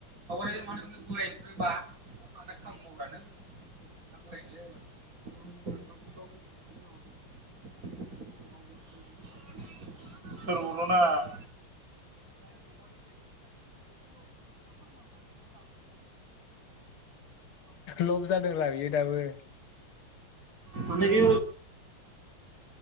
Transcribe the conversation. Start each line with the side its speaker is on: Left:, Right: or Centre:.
Right: खबर माने। <unintelligible> <unintelligible> <unintelligible>
Left: लब जादोंरा बियो दाबो
Right: अने बे।